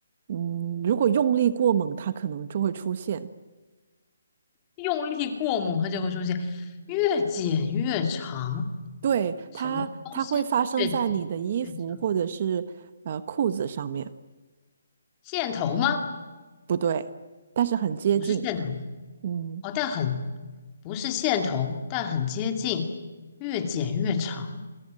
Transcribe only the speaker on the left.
用力过猛，它就会出现越剪越长，
什么东西越剪
越长？线头吗？
不是线头
哦，但很不是线头，但很接近，越剪越长。